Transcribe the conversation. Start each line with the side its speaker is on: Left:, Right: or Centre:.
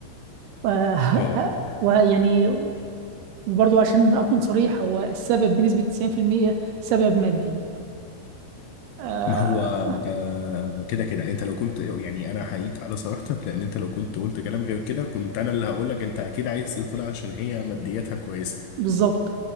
Right: و- <laughs>
Left: اه
Right: ويعني وبرضه عشان اكون صريح هو السبب بنسبه 90% سبب مادي آه
Left: ما هو ده كده كده انت لو كنت يعني انا احييك على صراحتك لان انت لو كنت قلت كلام غير كده كنت انا اللي هقولك انت اكيد عايز تدخلها عشان هي مادياتها كويسه
Right: بالظبط